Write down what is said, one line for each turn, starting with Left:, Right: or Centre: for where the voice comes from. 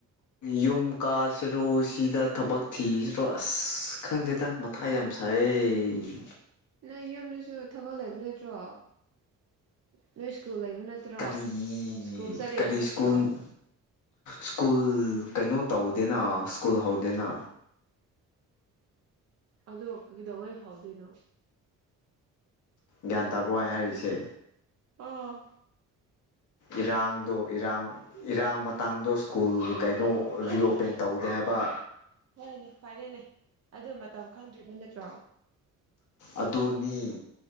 Left: ꯌꯨꯝ ꯀꯥꯁꯤꯔꯣ ꯁꯤꯗ ꯊꯕꯛ ꯊꯤꯁꯤꯔꯣ ꯑꯁ ꯈꯪꯗꯦꯗ ꯃꯊꯥ ꯌꯥꯝ ꯁꯥꯏꯌꯦ
Right: ꯅꯪ ꯌꯨꯝꯗꯨꯁꯨ ꯊꯕꯛ ꯂꯩꯕ ꯅꯠꯇ꯭ꯔꯣ ꯅꯣꯏ ꯁ꯭ꯀꯨꯜ ꯂꯩꯕ ꯅꯠꯇ꯭ꯔꯣ
Left: ꯀꯔꯤ
Right: ꯁ꯭ꯀꯨꯜ ꯆꯠꯂꯤꯕ
Left: ꯀꯔꯤ
Right: ꯅꯠꯇ꯭ꯔꯣ
Left: ꯁ꯭ꯀꯨꯜ ꯁ꯭ꯀꯨꯜ ꯀꯩꯅꯣ ꯇꯧꯗꯦꯅ ꯁ꯭ꯀꯨꯜ ꯍꯧꯗꯦꯅ
Right: ꯑꯗꯣ ꯀꯩꯗꯧꯉꯩ ꯍꯥꯎꯗꯣꯏꯅꯣ
Left: ꯭ꯒ꯭ꯌꯥꯟ ꯇꯕ꯭ꯔꯣ ꯑꯩꯅ ꯍꯥꯔꯤꯁꯦ
Right: ꯑꯣ
Left: ꯏꯔꯥꯡꯗꯣ ꯏꯔꯥꯡ ꯏꯔꯥꯡ ꯃꯇꯥꯡꯗꯣ ꯁ꯭ꯀꯨꯜ ꯀꯩꯅꯣ ꯔꯤꯑꯣꯄꯦꯟ
Right: ꯑꯥ
Left: ꯇꯧꯗꯦ ꯍꯥꯏꯕ
Right: ꯍꯣꯏꯅꯦ ꯐꯔꯦꯅꯦ ꯑꯗꯨ ꯃꯇꯝ ꯈꯪꯗ꯭ꯔꯤꯕ ꯅꯠꯇ꯭ꯔꯣ
Left: ꯑꯗꯨꯅꯤ